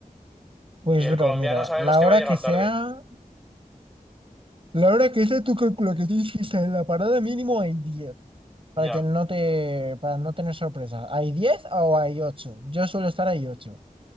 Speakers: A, on the right; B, in the centre.
A: Pues
B: Y el
A: bro,
B: colombiano
A: mira,
B: sabemos
A: la
B: que
A: hora
B: va a llegar
A: que sea,
B: tarde.
A: la hora que sea tú calcula que tienes que estar en la parada mínimo hay diez para
B: Ya.
A: que no te, para no tener sorpresa. ¿Hay 10 o hay ocho. Yo suelo estar ahí ocho